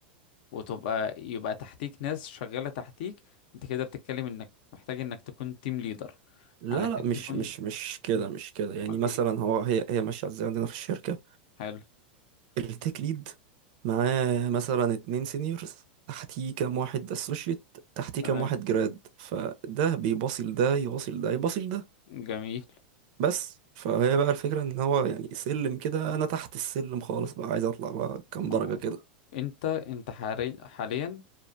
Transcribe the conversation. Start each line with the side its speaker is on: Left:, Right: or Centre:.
Left: وتبقى يبقى تحتيك ناس شغالة تحتيك انت كده بتتكلم انك محتاج انك تكون تيم ليدر
Right: لا
Left: علشان
Right: لا مش
Left: تكون
Right: مش مش كده
Left: مم.
Right: مش كده يعني
Left: امال
Right: مثلا
Left: ايه
Right: هو هي هي ماشيه ازاي عندنا في الشركه
Left: حلو
Right: التيك ليد معاه مثلا اتنين سينيورز تحتيه كام واحد اسوشيت تحتيه
Left: تمام
Right: كام واحد جراد فده بيباصل ده يواصل ده يباصل ده
Left: جميل
Right: بس فهي بقى الفكره ان هو يعني سلم كده انا تحت السلم خالص بقى عايز اطلع بقى كام
Left: ما
Right: درجه
Left: هو
Right: كده
Left: انت انت حالي- حاليا